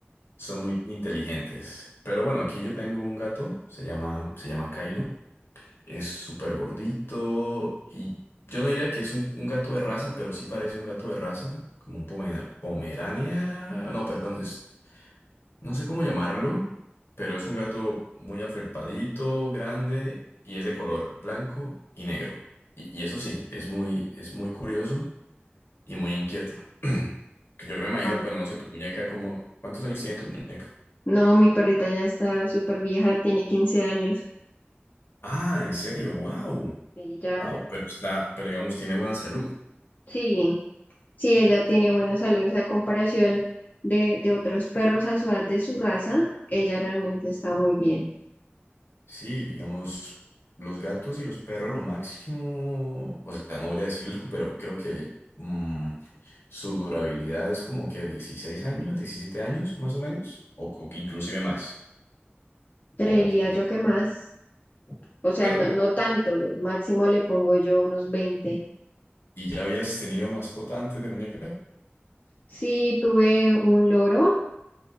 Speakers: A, on the left (about 70°); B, on the left (about 40°).
A: son muy inteligentes. Pero bueno, aquí yo tengo un gato, se llama, se llama Kylo. Es súper gordito y yo no diría que es un, un gato de raza, pero sí parece un gato de raza, como un pomena- pomerania. No, perdón, es. No sé cómo llamarlo, pero es un gato muy afelpadito, grande y es de color blanco y negro. Y, y eso sí, es muy, es muy curioso y muy inquieto. <clears throat> Que Yo me imagino,
B: Ah,
A: bueno, no sé, tu muñeca, como, ¿cuántos años tiene tu muñeca?
B: No, mi perrita ya está súper vieja, tiene 15 años
A: Ah, en serio, wow.
B: y ya,
A: Wow, pero está, pero digamos, tiene buena salud.
B: sí, sí, ella tiene buena salud, o sea, a comparación de, de otros perros a su edad de su raza, ella realmente está muy bien.
A: Sí, digamos, los gatos y los perros, lo máximo, o sea, no voy a decirlo, <laughs> pero creo que mm, su durabilidad es como que 16 años, 17 años más o menos, o, o que inclusive más.
B: Creería
A: O tú
B: yo
A: qué sabes.
B: que más, o sea,
A: pero,
B: no, no tanto, máximo le pongo yo unos veinte.
A: ¿y ya habías tenido mascota antes de muñeca?
B: Sí, tuve un loro,